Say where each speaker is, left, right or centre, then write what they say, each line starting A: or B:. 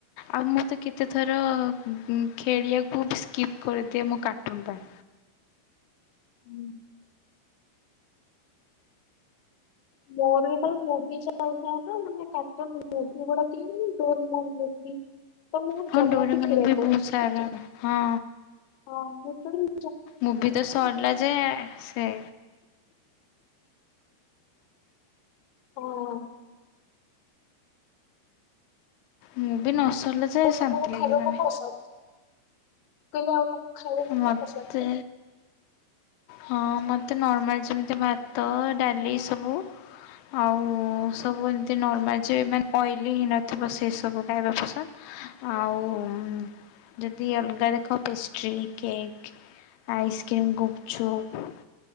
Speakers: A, on the left; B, on the left.
A: ଆଉ ମୁଁ ତ କେତେଥର ଖେଳିଆକୁ ବି ସ୍କିପ୍ କରିଦିଏ ମୋ କାର୍ଟୁନ୍ ପାଇଁ।
B: ହୁଁ। ମୋର ତ ମୁଭି ଚାଲିଥାଏ ନା ମାନେ କାର୍ଟୁନ ମୁଭି ଗୁଡା <unintelligible> ତ ମୁଁ
A: ହଁ
B: ଜମା
A: ଡୋରେମନ୍
B: ବି ଖେଳି <unintelligible>
A: ବହୁତ ସାରା ହଁ ମୁଭି ତ ସରିଲା ଯେ ସେ
B: ହଁ।
A: ମୁଁ ବି ନସରିଲା ଯାଏ
B: ମୁଁ
A: ଶାନ୍ତି
B: ତମକୁ
A: ଲାଗିବନି।
B: ଖାଇବାକୁ କଣ ପସନ୍ଦ? ମୁଁ କହିଲି ଆଉ ତମକୁ ଖାଇବାକୁ
A: ମତେ
B: କଣ ପସନ୍ଦ?
A: ହଁ ମତେ ନର୍ମାଲ ଯେମିତି ଭାତ ଡାଲି ସବୁ। ଆଉ ସବୁ ଏମତି ନର୍ମାଲ ଯେ ମାନେ ଅଏଲି ନଥିବା ସେ ସବୁ ଖାଇବା ପସନ୍ଦ। ଆଉ ଯଦି ଅଲଗା ଦେଖ pastry cake, ice cream, gupchup